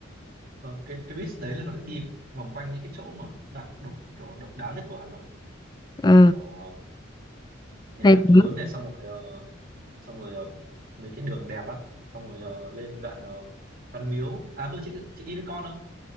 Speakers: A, on the right; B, on the left.
A: vâng cái cái bus đấy là nó đi vòng quanh những cái chỗ mà đặc độc kiểu độc đáo nhất của Hà Nội
B: Ờ,
A: kiểu ờ, nhà
B: hay
A: hát
B: quá.
A: lớn này xong rồi ờ, xong rồi ờ, mấy cái đường đẹp á xong rồi ờ, lên đoạn ờ, Văn Miếu à vừa chị chị đi với con không